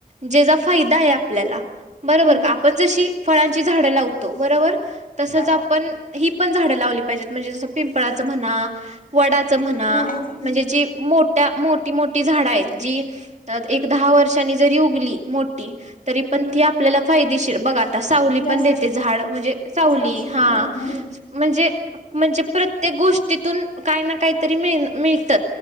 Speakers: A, on the right (about 45°); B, on the left (about 65°).
A: ज्याचा फायदा आहे आपल्याला बरोबर
B: हम्म
A: का आपण जशी फळांची झाडं लावत बरोबर तसच
B: हा
A: आपण ही पण झाड लावली पाहिजे म्हणजे जस पिंपळाचं म्हणा वडाचं म्हणा
B: वडाची
A: म्हणजे जी मोठ्या मोठी मोठी झाडं आहेत जी एक दहा वर्षांनी जरी उगली तरी पण
B: हम्म
A: त आपल्याला फायदेशीर बघा सावली
B: जास्त
A: पण देते झाड म्हणजे सावली
B: जास्त ऑक्सिजन
A: हा
B: देणारी
A: म्हणजे म्हणजे प्रत्येक गोष्टीतून काही ना काहीतरी मिळत